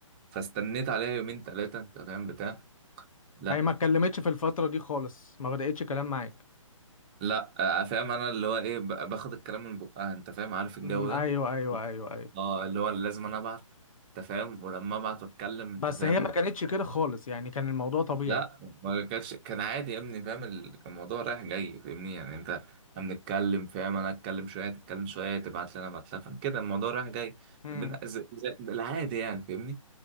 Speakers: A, on the right (about 15°); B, on the left (about 80°).
A: فاستنيت عليها يومين تلاتة انت فاهم بتاع لا
B: هي ما اتكلمتش في الفتره دي خالص ما بدأتش كلام معاك
A: لا آه فاهم انا اللي هو ايه ب- باخد الكلام من بقها انت فاهم عارف الجو
B: امم ايوه
A: ده
B: ايوه ايوه ايوه
A: اه اللي هو لازم انا ابعت انت فاهم ولما ابعت واتكلم انت
B: بس
A: فاهم
B: هي ما كانتش كده خالص يعني كان الموضوع طبيعي
A: لا ما كانتش كان عادي يا ابني فاهم ال- كان الموضوع رايح جاي فاهمني يعني انت احنا بنتكلم فاهم انا اتكلم شويه تتكلم شويه تبعت لي انا ابعت لها فاهم كده الموضوع رايح جاي
B: امم
A: بن... زي... زي... العادي يعني فاهمني